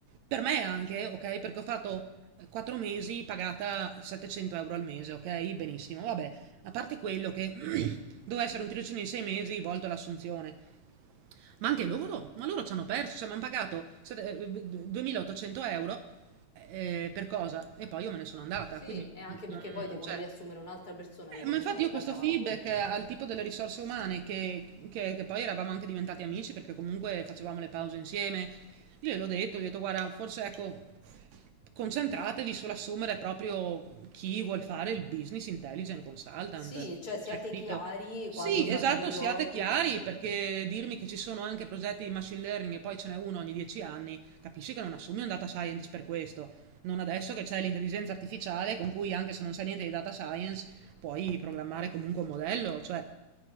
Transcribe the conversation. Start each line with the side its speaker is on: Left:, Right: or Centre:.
Right: per me anche, ok, perché ho fatto eh, quattro mesi pagata 700 euro al mese, ok, benissimo, vabbè, a parte quello che <clears throat> doveva essere un tirocinio di sei mesi volto all'assunzione, ma anche loro? Ma loro ci hanno perso, cioè mi hanno pagato sette- eh, 2800 euro eh, per cosa? E poi io me ne sono andata,
Left: sì,
Right: quindi
Left: e anche
Right: mm, non,
Left: perché poi devono
Right: cioè,
Left: riassumere un'altra persona, ricominciare
Right: eh, ma infatti io questo
Left: da capo.
Right: feedback
Left: eh.
Right: eh, al tipo delle risorse umane, che, che- che poi eravamo anche diventati amici perché comunque facevamo le pause insieme, io gliel'ho detto, gli ho detto guarda, forse ecco, concentratevi sull'assumere proprio chi vuol fare il business intelligent consultant,
Left: Sì, cioè siate
Right: cioè capito?
Left: chiari
Right: Sì,
Left: quando fate
Right: esatto,
Left: i colloqui.
Right: siate chiari,
Left: eh.
Right: perché dirmi che ci sono anche progetti di machine learning e poi ce n'è uno ogni dieci anni, capisci che non assumi un data scientist per questo. Non adesso che c'è l'intelligenza artificiale con cui anche se non sai niente di data science puoi programmare comunque un modello, cioè